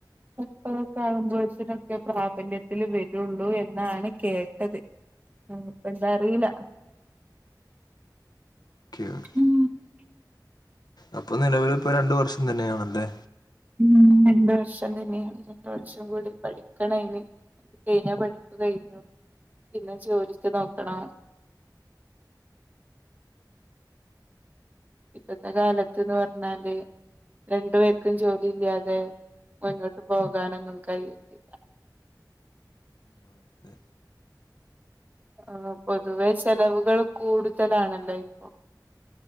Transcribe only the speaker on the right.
മുപ്പതൊക്കെ ആകുമ്പോഴത്തിനൊക്കെ പ്രാബല്യത്തില് വരുള്ളൂ എന്നാണ് കേട്ടത് ഉം എന്താറീല്ല
ഉം
ഉംഉം മ് രണ്ട്‌ വർഷം തന്നെയാണ് രണ്ടു വർഷം കൂടി പഠിക്കണയ്ന് കയിഞ്ഞാ പഠിപ്പ് കയിഞ്ഞു പിന്നെ ജോലിക്ക് നോക്കണം ഇപ്പത്തെ കാലത്ത്ന്ന് പർഞ്ഞാല് രണ്ടു പേർക്കും ജോലിയില്ലാതെ മുന്നോട്ട് പോകാനൊന്നും കഴിയത്തി ല്ല
ആ പൊതുവെ ചെലവുകള് കൂടുതലാണല്ലോ ഇപ്പൊ